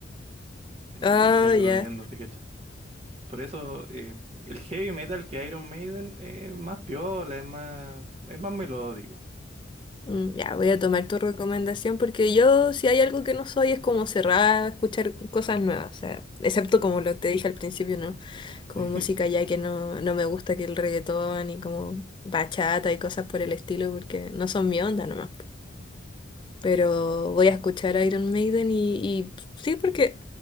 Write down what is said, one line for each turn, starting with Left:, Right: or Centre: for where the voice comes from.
Right: eh,
Left: Ah,
Right: gru- eh, gruñendo,
Left: ya.
Right: ¿sí, Por eso eh, el heavy metal que Iron Maiden es más piola, es más, es más melódico. <laughs>
Left: Mm, Ya, voy a tomar tu recomendación porque yo, si hay algo que no soy, es como cerrada a escuchar cosas nuevas. O sea, excepto como lo te dije al principio, ¿no?
Right: Sí.
Left: Como música ya que no, no me gusta que el reggaetón y como bachata y cosas por el estilo porque no son mi onda nomás. Pero voy a escuchar a Iron Maiden y, y sí, porque